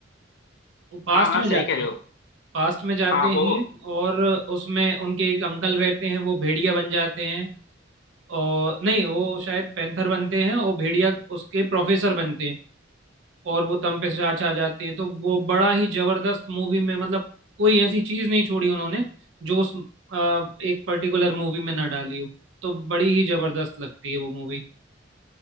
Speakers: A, on the right; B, on the left.
A: वो पास्ट
B: हाँ हाँ
A: में
B: सही
A: जाते
B: कह रहे
A: हैं
B: हो
A: पास्ट में जाते
B: हाँ वो
A: हैं और उसमें उनके एक अंकल रहते हैं वो भेड़िया बन जाते हैं और नहीं वो शायद पैंथर बनते हैं और भेड़िया उसके प्रोफेसर बनते हैं और वो तम पे साँच आ जाती है तो वो बड़ा ही जबरदस्त मूवी में मतलब कोई ऐसी चीज नहीं छोड़ी उन्होंने जो उस अ, एक पर्टिकुलर मूवी में ना डाली हो तो बड़ी ही जबरदस्त लगती है वो मूवी